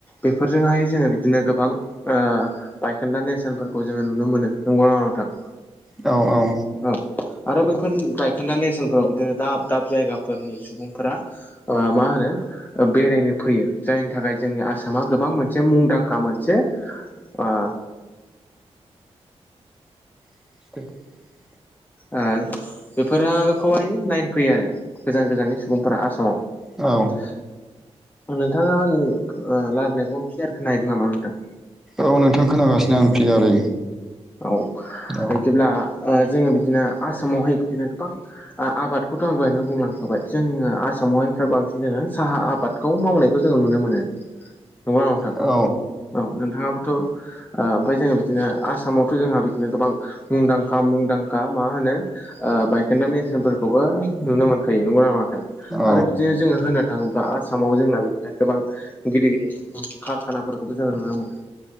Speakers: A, on the left; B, in the centre.
A: बेफोरजोंहाय जोङो बिदिनो गोबां ओ फायखोन्दा नेेरसोनफोरखौ जोंङो नुनो मोनो नंगौना नङा नोंथां
B: औ औ
A: औ आरो बैफोर बायखोन्दा नेसनफ्राव बिदिनो दाब दाब जायगा फोरनि सुबुंफोरा ओ मा होनो बेरायनो फैयो जायनि थाखाय जोंनि आसामा गोबां मोनसे मुंदांखा मोनसे ओ
B: <unintelligible>
A: ओ बेफोरखौहाय नायनो फैयो आरो गोजान गोजाननि सुबुंफोरा आसामाव
B: औ
A: नोंथाङा आंनि रायलायनायखौ क्लियार खोनाहैदों नामा नोंथां
B: औ नोंथां खोनागासिनो आं क्लियारै
A: औ
B: औ
A: बिदिब्ला ओ जोङो बिदिनो आसामावहाय बिदिनो गोबां आबादखौथ आं दहायनो बुंलांखाबाय जोंङो आसामावहायफ्रा बांसिन जोङो साहा आबादखौ मावनायखौ जोंङो नुनो मोनो नंगौना नंङा नोंथां
B: औ
A: औ नोंथांङाबोथ ओमफ्राय जोंङो बिदिनो आसामाव बोथ बिदिनो गोबां मुंदांखा मुंदांखा मा होनो ओ बाय खोन्दा नेसनेलफोरखौबो नुनो मोनखायो नंगौना नंङा नोंथां
B: औ औ
A: आरो बिदिनो जोंङो होननो थाङोब्ला आसामाव जोंना बिनो थाखाय गोबां गिदिर गिदिर कारखानाफोरखौबो जोङो नुनो मोनो